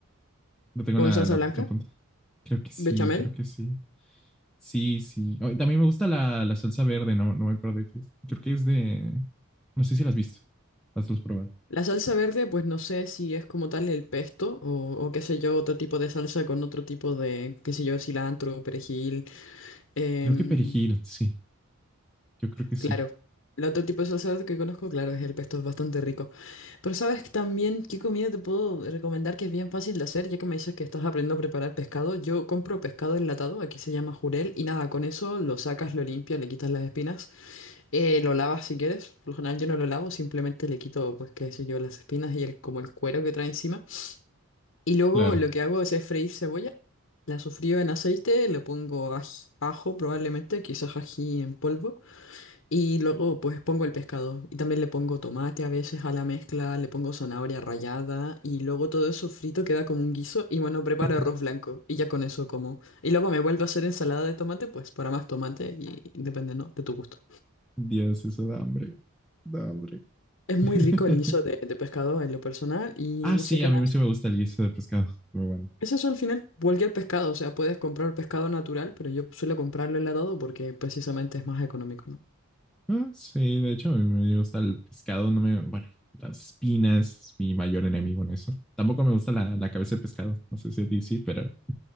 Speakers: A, in the centre; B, on the left.
A: No tengo
B: ¿Con
A: la,
B: salsa
A: la,
B: blanca?
A: la punta. Creo que sí,
B: ¿Bechamel?
A: creo que sí. Sí, sí. Oh, y también me gusta la, la salsa verde, no, no me acuerdo de qué es. Creo que es de... No sé si la has visto. Las has probado.
B: La salsa verde, pues no sé si es como tal el pesto o, o qué sé yo, otro tipo de salsa con otro tipo de, qué sé yo, cilantro, perejil. em,
A: Creo que perejil, sí. Yo creo que sí.
B: claro, el otro tipo de salsa verde que conozco, claro, es el pesto, es bastante rico. Pero sabes que también qué comida te puedo recomendar que es bien fácil de hacer, ya que me dices que estás aprendiendo a preparar pescado. Yo compro pescado enlatado, aquí se llama jurel, y nada, con eso lo sacas, lo limpias, le quitas las espinas, eh, lo lavas si quieres. Por lo general yo no lo lavo, simplemente le quito, pues qué sé yo, las espinas y el, como el cuero que trae encima. Y luego
A: Claro.
B: lo que hago es freír cebolla. La sofrío en aceite, le pongo aj- ajo probablemente, quizás ají en polvo. Y luego pues pongo el pescado. Y también le pongo tomate a veces a la mezcla, le pongo zanahoria rallada. Y luego todo eso frito queda como un guiso. Y bueno, preparo
A: <laughs>
B: arroz blanco. Y ya con eso como. Y luego me vuelvo a hacer ensalada de tomate, pues para más tomate. Y depende, ¿no? De tu gusto.
A: Dios, eso da hambre. Da hambre.
B: Es muy
A: <laughs>
B: rico el guiso de, de pescado en lo personal. Y
A: Ah,
B: no
A: sí,
B: sé qué
A: a
B: más.
A: mí sí me gusta el guiso de pescado. Muy bueno.
B: Es eso al final, cualquier pescado, o sea, puedes comprar pescado natural, pero yo suelo comprarlo enlatado porque precisamente es más económico, ¿no?
A: Ah, sí, de hecho, a mí me gusta el pescado. No me... Bueno, las espinas, mi mayor enemigo en eso. Tampoco me gusta la, la cabeza de pescado. No sé si a ti sí, pero...